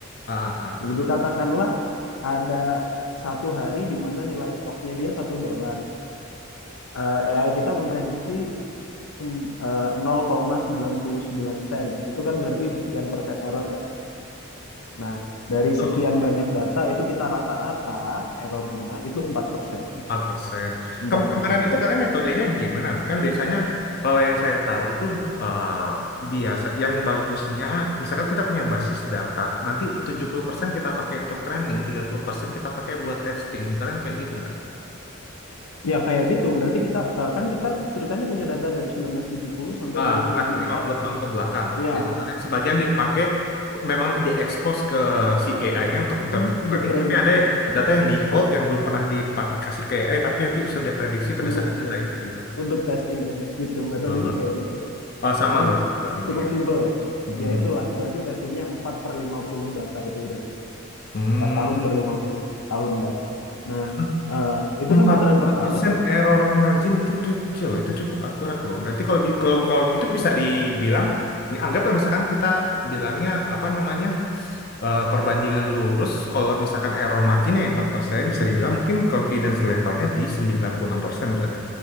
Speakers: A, on the left (about 45°); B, on the left (about 85°).
A: Ah, ah,
B: Begitu
A: ah.
B: katakanlah ada satu hari di mana nilai stoknya dia satu dolar. eh, AI kita memprediksi sem- eh, 0,99 sen. Itu kan berarti sekian persen error kan. Nah, dari
A: tuh,
B: sekian banyak data itu kita rata-rata errornya itu 4 persen.
A: empat persen
B: empat
A: Kem-
B: persen.
A: kemarin itu kalian metodenya gimana? Kan biasanya kalau yang saya tahu itu eh, biasa. Yang bagusnya, misalkan kita punya basis data, nanti 70% kita pakai untuk training, 30% kita pakai buat testing. Kalian kayak gitu
B: Ya kayak gitu, berarti kita eh, kan kita ceritanya punya data dari 1970 sampai
A: Ah,
B: 2024.
A: kan lima puluh tahun ke belakang.
B: Ya,
A: Jadi
B: ha-ha.
A: sebagian dipakai memang diekspos ke si AI-nya untuk
B: Mm-mm.
A: tertraining,
B: Untuk training,
A: tapi ada data yang di hold yang belum pernah dipakai kasih ke AI, tapi nanti sudah prediksi berdasarkan
B: untuk
A: data
B: ya,
A: itu gitu.
B: untuk testing aja gitu. Metodenya
A: Ah.
B: kayak gitu.
A: Oh, sama
B: Kan
A: berarti tadinya
B: cukup
A: ya.
B: simple ya.
A: Mhm.
B: Ya itulah berarti testingnya 4 per 50 data itu berarti.
A: Hmm.
B: empat tahun per lima puluh tahun data. Nah,
A: Hmm,
B: eh, itu
A: Empat
B: kan putaran pertama
A: persen
B: tuh.
A: error margin itu kecil, loh. itu cukup akurat loh. Berarti kalau bi- kalau, kalau gitu bisa dibilang, mi- anggaplah misalkan kita bilangnya apa namanya eh, perbandingan lurus kalau misalkan error marginnya yang 4%, bisa dibilang mungkin confidence levelnya di 96% berarti.